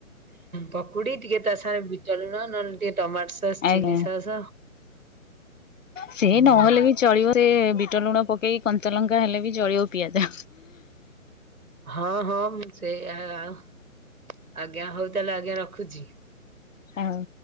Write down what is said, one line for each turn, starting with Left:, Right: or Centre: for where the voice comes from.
Right: ପକୁଡି ଟିକେ ତା ସାଙ୍ଗେ ବିଟ ଲୁଣ ନହେଲେ ଟିକେ ଟମାଟ ସସ୍
Left: ଆଜ୍ଞା
Right: ଚିଲି ସସ୍
Left: ସେ
Right: ହୁଁ
Left: ନହେଲେ ବି ଚଳିବ। ସେ ବିଟ ଲୁଣ ପକେଇ କଞ୍ଚା ଲଙ୍କା ହେଲେ ବି ଚଳିବ ପିଆଜ।
Right: ହଁ ହଁ ମୁଁ ସେଇଆ ଆଜ୍ଞା ହଉ ତାହେଲେ ଆଜ୍ଞା ରଖୁଚି।
Left: ହଉ।